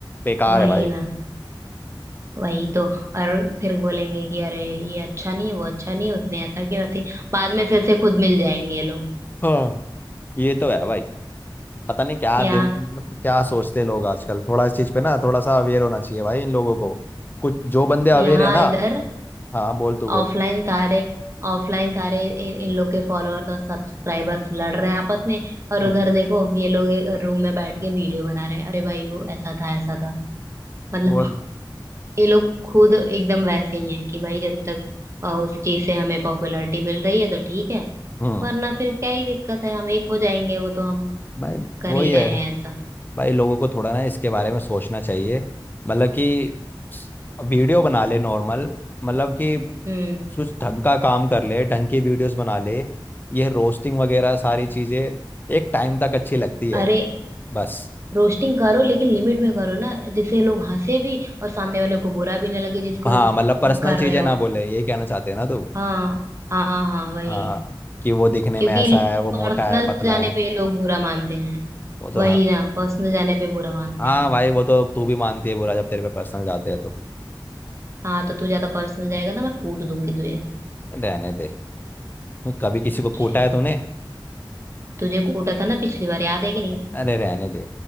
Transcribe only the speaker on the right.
वही
ना वही तो और फिर बोलेंगे कि अरे ये अच्छा नहीं वो अच्छा नहीं उसने ऐसा किया वैसे बाद में फिर से खुद मिल जाएंगे ये लोग
यहाँ
यहाँ
इधर
ऑफलाइन सारे ऑफलाइन सारे इन, इन लोग के फॉलोअर्स और सब्सक्राइबर्स लड़ रहे हैं आपस में और
उधर देखो ये लोग रूम में बैठ के वीडियो बना रहे हैं अरे भाई वो ऐसा था ऐसा था मतलब
ये लोग खुद एकदम वैसे ही हैं कि भाई जब तक अ, उस चीज से हमें पॉपुलैरिटी मिल रही है तो ठीक है
वरना फिर क्या ही दिक्कत है हम एक हो जाएंगे वो तो हम
कर
ही रहे
हैं ऐसा
हम्म
अरे
रोस्टिंग करो लेकिन लिमिट में करो ना जिससे लोग हंसे भी और सामने वाले को बुरा भी ना लगे जिसको
कर
रहे हो
हाँ हाँ हाँ वही
क्योंकि
पर्सनल
जाने
पे लोग बुरा मानते हैं
वही
ना पर्सनल जाने पे बुरा मानते
हैं
हाँ तो तू ज्यादा पर्सनल जाएगा ना मैं कूट दूंगी तुझे
चल
तुझे कूटा था ना पिछली बार याद है कि नहीं